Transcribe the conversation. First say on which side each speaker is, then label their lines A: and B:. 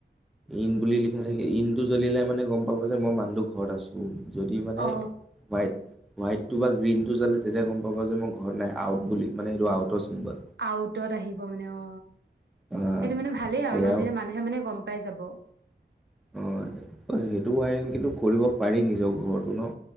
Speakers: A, in the centre; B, on the right.
A: ইন বুলি লিখা থাকে ইনটো জ্বলিলে মানে গম পাব যে মই মানুহ ঘৰত আছো যদি মানে
B: অ
A: হোৱাইত হোৱাইটটো বা গ্ৰীণ টো জ্বলে তেতিয়া গম পাব যে মই ঘৰত নাই আউট বুলি মানে সেইটো আউটৰ চিম্বল।
B: আউটত আহিব মানে অ
A: অ
B: সেইটো মানে ভালেই
A: সেয়াও
B: আৰু ন তেতিয়া মানুহে মানে গম পাই যাব।
A: অ সেইটো ৱায়াৰিং কিন্তু কৰিব পাৰি নিজৰ ঘৰতো ন।